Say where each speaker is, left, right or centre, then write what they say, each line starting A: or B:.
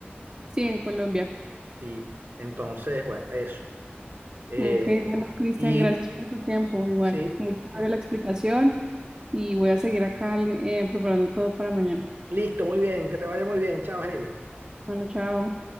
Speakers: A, on the right; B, on the right.
A: Sí, en Colombia.
B: Sí. Entonces, bueno, eso. Eh,
A: Ok, bueno, Cristian,
B: y
A: gracias por tu tiempo. Igual,
B: sí,
A: muy chévere
B: sí.
A: la explicación y voy a seguir acá eh, preparando todo para mañana.
B: Listo, muy bien. Que te vaya muy bien. Chao, Heidi.
A: Bueno, chao.